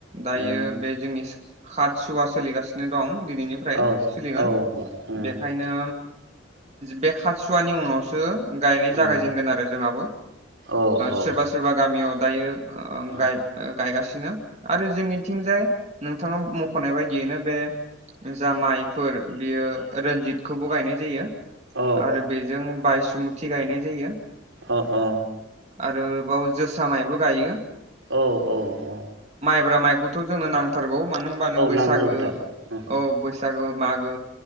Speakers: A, on the right; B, on the right.
A: दायो
B: अ
A: बे जोंनि खात सुवा सोलिगासिनो दं दिनै ओमफ्राय
B: औ औ
A: सोलिगोन बेखायनो बे खाथसुवानि उनावसो दो गायनाय
B: औ
A: जागायजेनगोन आरो जोंहाबो
B: औ
A: सोरबा
B: औ
A: सोरबा गामियाव दायो ओं ओं
B: औ
A: गाय गायगासि दिनो आरो जोंनिथिंजाय नोंथाङा मखनाय बायदियैनो बे जा माइफोर बेयो रनजित खौबो गायनाय जायो
B: औ
A: आरो बेजों बायस इसमुथि गायनाय जायो
B: अ अ
A: ओ बाव जोसा माइबो गायो
B: औ औ औ
A: बरा माइखौथ जोंनो नां थारगौ मानो होनबानो बैसागो
B: नांगौ नोंथां
A: औ बैसागो मागो